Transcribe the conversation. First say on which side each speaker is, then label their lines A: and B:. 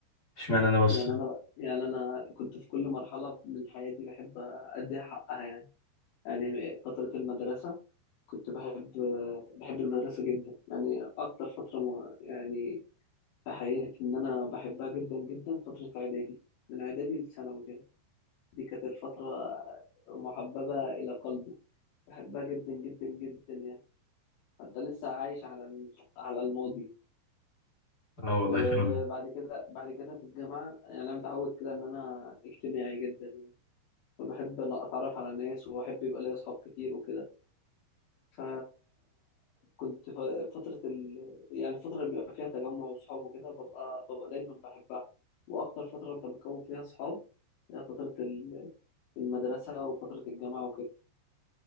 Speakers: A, on the left (about 25°); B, on the left (about 75°).
A: اشمعنى أنا بس
B: يعني انا بقى يعني انا كنت في كل مرحله من حياتي بحب اديها حقها يعني يعني فتره المدرسه كنت بحب بحب المدرسه جدا يعني اكتر فتره م- يعني في حياتي ان انا بحبها جدا جدا فتره اعدادي من اعدادي لثانوي كده دي كانت الفتره محببه الى قلبي بحبها جدا جدا جدا يعني انت لسه عايش على ال- على الماضي
A: اه والله
B: وبعد
A: فاهم
B: كده بعد كده في الجامعه يعني انا متعود كده ان انا اجتماعي جدا وبحب ان اتعرف على ناس وبحب يبقى لي اصحاب كتير وكده ف كنت ف- فتره ال... يعني الفتره اللي بيبقى فيها تجمع وصحاب وكده ببقى ببقى دايما بحبها واكتر فتره انت بتكون فيها صحاب هي فتره ال- المدرسه وفتره الجامعه وكده